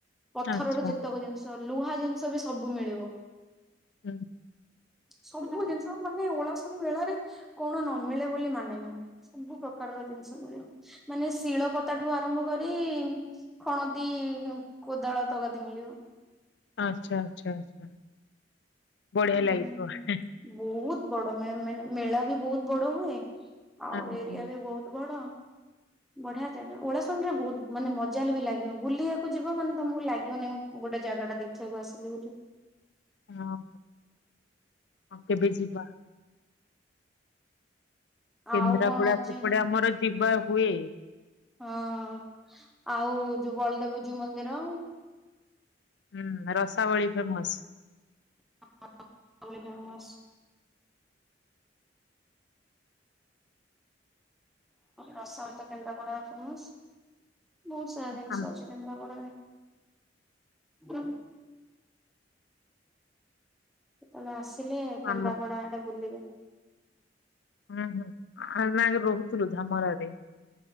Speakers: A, in the centre; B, on the left (about 70°).
A: ପଥରର
B: ଆଚ୍ଛା
A: ଯେତକ ଜିନିଷ ଲୁହା ଜିନିଷ ବି ସବୁ ମିଳିବ।
B: ହୁଁ।
A: ସବୁ ଜିନିଷ ମାନେ ଓଳାଶୁଣି ମେଳରେ କଣ ନ ମିିଳେ ବୋଲି ମାନେ ନାଇଁ ସବୁ ପ୍ରକାର ପ୍ରକାର ର ଜିନିଷ ମିଳେ ମାନେ ଶିଳ ପତାଟୁ ଆରମ୍ଭ କରି ଖଣଦୀ କୋଦାଳ ତକାତି ମିଳିବ।
B: ଆଚ୍ଛା ଆଚ୍ଛା ଆଛା ବଢିଆ
A: ଉଁ
B: ଲାଗିଥିବ।
A: ବହୁତ ବଡ ମ ମାନେ ମେଳା ବି ବହୁତ ବଡ ହୁଏ। ଆଉ
B: ହଁ
A: ଏରିଆ
B: ହଁ
A: ବି ବହୁତ ବଡ ବଢିଆ ଜାଗା ଓଳାାସଣ ରେ ବହୁତ ମାନେ ମଜାଲ ବି ଲାଗିବ ବୁଲିବାକୁ ଯିବ ମାନେ ତମକୁ ଲାଗିବନି। ଗୋଟେ ଜାଗା ଟା ଦେଖିବାକୁ ଆସିଲି ବୋଲି।
B: ହଁ ହ କେବେ ଯିବା। କେନ୍ଦ୍ରାପଡା
A: ଆଉ କଣ ଅଛି
B: ସେପଟେ ଆମର ଯିବା ହୁଏ।
A: ହଁ ଆଉ ଯୋଉ ବଳଦେବ ଯୋଉ ମନ୍ଦିର
B: ହୁଁ ରସାବଳି ଫେମସ।
A: <inaudible> ରସାବଳି କେନ୍ଦ୍ରାପଡା ଫେମସ ବହୁତ ସାରା ଜିନିଷ
B: ଆମ
A: ଅଛି। କେନ୍ଦ୍ରାପଡ଼ା ରେ ତବେ ଆସିଲେ କେନ୍ଦାପଡା
B: ଆମ
A: ଏଟେ ବୁଲିବେ
B: ହୁଁ ହୁଁ ଆ ନା ରହୁଥିଲୁ ଧାମରରେ।